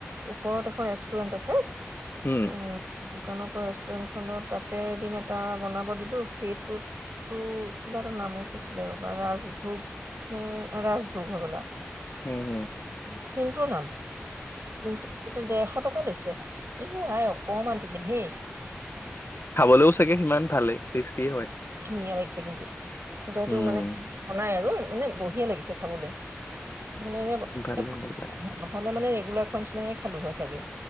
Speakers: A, on the right; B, on the left.
A: ওপৰত এখন ৰেষ্টুৰেণ্ট আছে। অ',
B: উম
A: দোকানৰ ৰেষ্টুৰেন্ট খনৰ তাতে এদিন এটা বনাব দিলো, সেইটোতো কিবা এটা নামো কৈছিলে আৰু বা ৰাজভোগ নে ৰাজভোগ হ'বলা।
B: উ'ম হু'ম
A: আইচক্ৰিমটোৰ নাম <unintelligible> ডেৰশ টকা লৈছে। ই আই অকমান দিল হেই।
B: খাবলৈওঁ চাগে সিমান ভালেই- টেষ্টিয়ে হয়।
A: ধুনীয়া লাগিছে কিন্তু সেইটো, সেইটো
B: উম
A: মানে বনাই আৰু মানে বঢ়িয়া লাগিছে খাবলে। <unintelligible>
B: ভালে
A: এই
B: ভালে
A: গুলাৰৰ নিচিনাই খালোঁ হয়, ছাগে